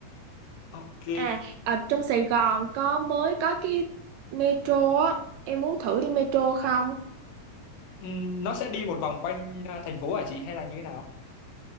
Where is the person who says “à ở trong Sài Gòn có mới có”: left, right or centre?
Right